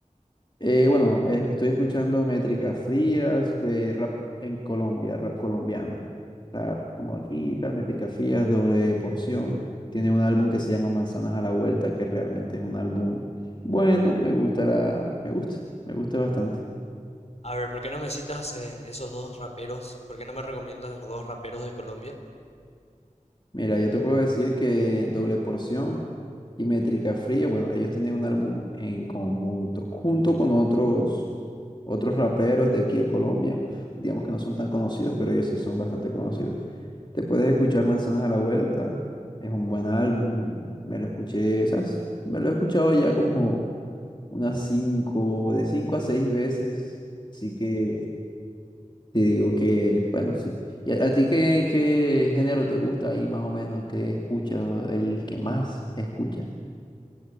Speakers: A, on the left (about 35°); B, on the left (about 55°).
A: Eh, bueno, eh, estoy escuchando métricas frías, güey, rap en Colombia, rap colombiano. Rap como aquí, tal, métricas frías, doble porción. Tiene un álbum que se llama Manzanas a la Vuelta, que realmente es un álbum bueno, me gusta la- me gusta, me gusta bastante.
B: A ver, ¿por qué no me citas en esos dos raperos? ¿Por qué no me recomiendas los dos raperos de Colombia?
A: Mira, yo te puedo decir que doble porción y métrica fría, bueno, ellos tienen un álbum en conjunto, junto con otros, otros raperos de aquí de Colombia. Digamos que no son tan conocidos, pero ellos sí son bastante conocidos. Te puedes escuchar Manzanas a la Vuelta. Es un buen álbum. Me lo escuché, o sea, es- me lo he escuchado ya como unas cinco, de cinco a seis veces. Así que te digo que, bueno, sí. ¿Y a, a ti qué, qué género te gusta ahí más o menos? ¿Qué escuchas? El que más escuchas.